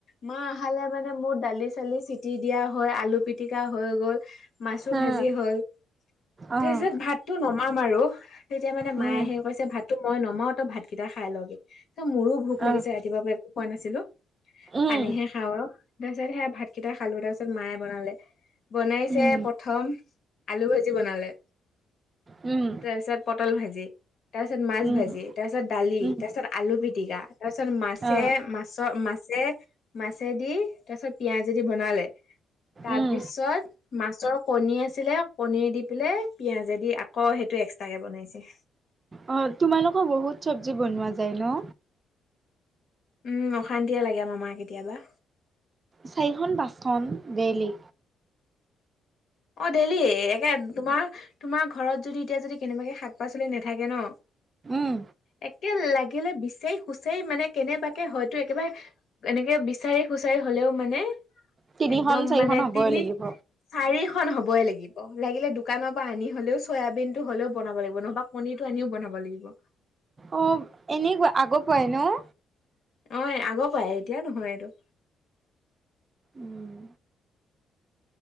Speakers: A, on the left; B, on the right.
A: মা আহালে মানে মোৰ দালি চালি চিটি দিয়া হৈ আলু পিতিকা হৈ গ'ল। মাছো
B: উম
A: ভাজ যি হ'ল
B: অহ
A: তাৰপিছত ভাতটো নমাম আৰু তেতিয়া মানে
B: উম
A: মায়ে আহি কৈছে ভাত টো মই নমাও তই ভাতকেইটা খাই লগে ত মোৰো ভোক লাগিছে
B: অহ
A: ৰাতিপুৱা পৰা একো খোৱা নাছিলো।
B: উম
A: পানীহে খাওঁ আৰু তাৰ পিছত সেয়া ভাত কেইটা খালো তাৰপিছত মায়ে বনালে। বনাইছে
B: উম
A: প্ৰথম আলু ভাজি বনালে।
B: উম।
A: তাৰ পিছত পটল ভাজি তাৰ পিছত মাছ
B: উম
A: ভাজি তাৰ পিছত দালি
B: উম
A: তাৰ পিছত আলু পিটিকা। তাৰপিছত মাছে
B: অহ
A: মাছৰ মাছে। মাছেদি তাৰ পিছত পিয়াঁজদি বনালে তাৰ
B: উম
A: পিছত। মাছৰ কণী আছিলে কণী দি পেলাই পিয়াঁজে দি আকৌ সেইটো এক্সট্ৰাকে বনাইছে।
B: অ তোমালোকৰ বহুত শৱজী বনোৱা যায় ন।
A: উম অশান্তিয়ে লাগে আমাৰ মা কেতিয়া বা।
B: চাৰিখন পাঁচখন ডেলী।
A: অ ডেইলি একে তোমাৰ তোমাৰ ঘৰত যদি এতিয়া যদি কেনেবাকে শাক পাচলি নাথাকে ন।
B: উম
A: একে লাগিলে বিচাৰি খুচাৰি মানে কেনেবাকে হয়তো একেবাৰে, এনেকে বিচাৰি খুচাৰি হলেও মানে
B: তিনিখন
A: একদম
B: চাৰিখন
A: মানে
B: হ'বই
A: তিনি,
B: লাগিব
A: চাৰিখন হবই লাগিব লাগিলে দোকানৰ পৰা আনি হলেও চয়াবিন টো হলেও বনাব লাগিব নহবা। পনিৰ টো আনিও বনাব লাগিব।
B: অ এনে ক আগৰ পোৱাই ন।
A: অ আগৰ পৰা আহ এতিয়াও নহয় এইটো।
B: উম